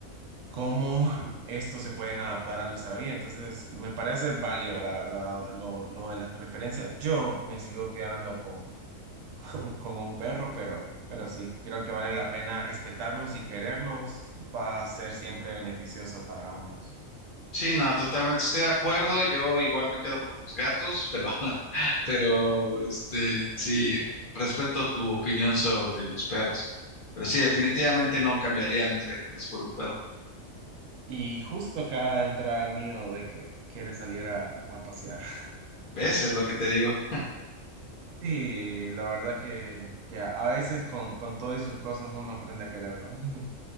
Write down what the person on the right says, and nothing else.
cómo <laughs> estos se pueden adaptar a nuestra vida. Entonces, me parece válido, la verdad, lo, lo de las preferencias. Yo me sigo quedando con, <laughs> con, con un perro, pero, pero sí, creo que vale la pena respetarlos y quererlos. Va a ser siempre beneficioso para ambos.
Y justo acaba de entrar al mío de que quiere salir a, a pasear. <laughs>
Sí, la verdad que, que a a veces con, con todo y sus cosas uno aprende a quererlo. <laughs>